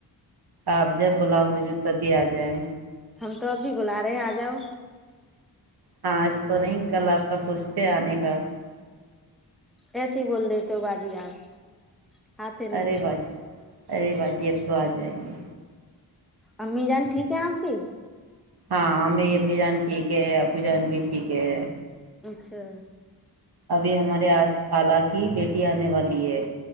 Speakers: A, on the right (about 70°); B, in the centre.
A: آپ جب بلا ہو جو تب بھی آ جائیں
B: ہم تو اب بھی بلا رہے ہیں آ جاؤ
A: ہاں آج تو نہیں کل آپ کا سوچتے ہیں آنے کا
B: ایسے ہی بول دیتے ہو بازی آپ آتے نہیں
A: ارے
B: ہو
A: باجی ارے باجی اب تو آج جائی گے
B: امی جان ٹھیک ہے آپ کی
A: ہاں میری امی جان ٹھیک ہے اپو جان بھی ٹھیک ہے
B: اچھا
A: ابھی ہمارے آج خال کی بیٹی آنے والی ہے